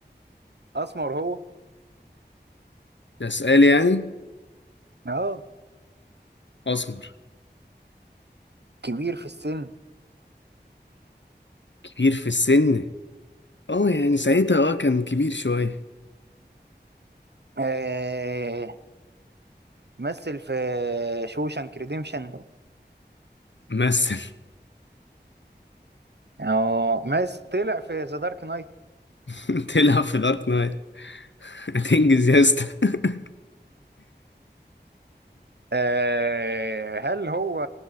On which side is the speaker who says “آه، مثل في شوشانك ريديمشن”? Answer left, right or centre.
Right